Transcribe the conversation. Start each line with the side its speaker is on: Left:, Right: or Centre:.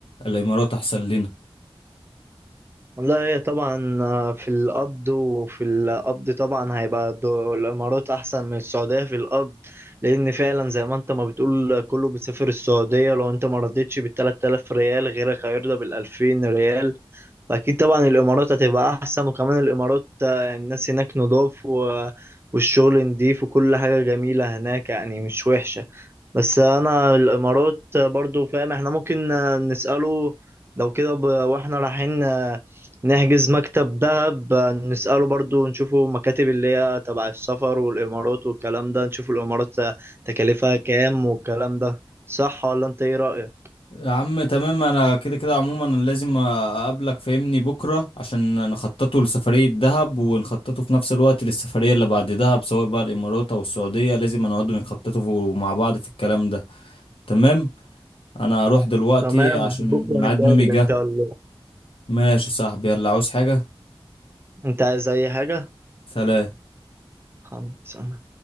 Left: الامارات احسن لنا
Right: والله هي طبعا آه، في القبض وفي القبض طبعا هيبقى دو- الإمارات أحسن من السعودية في القبض لأن فعلا زي ما أنت ما بتقول كله بيسافر السعودية لو أنت ما رضيتش بالتلات آلاف ريال غيرك هيرضى بالألفين ريال فأكيد طبعا الإمارات هتبقى أحسن وكمان الإمارات آه، الناس هناك نضاف و... والشغل نضيف وكل حاجة جميلة هناك يعني مش وحشة بس أنا الإمارات آه، برضو فاهم إحنا ممكن آه، نسأله لو كده ب... وإحنا رايحين آه، نحجز مكتب دهب آه، نسأله برضو نشوفه مكاتب اللي هي تبع السفر والإمارات والكلام ده نشوف الإمارات آه، تكلفها كام والكلام ده صح ولا أنت إيه رأيك؟
Left: يا عم تمام انا كده كده عموما انا لازم اقابلك فاهمني بكره عشان نخططه لسفريه دهب ونخططه في نفس الوقت للسفريه اللي بعد دهب سواء بقى الامارات او السعوديه لازم نقعد نخططه مع بعض في الكلام ده تمام انا هروح دلوقتي
Right: تمام
Left: عشان
Right: بكرة
Left: ميعاد
Right: نتقابل
Left: نومي جه
Right: إن شاء الله
Left: ماشي يا صاحبي يلا عاوز حاجه
Right: أنت عايز أي حاجة؟
Left: سلام
Right: خمسة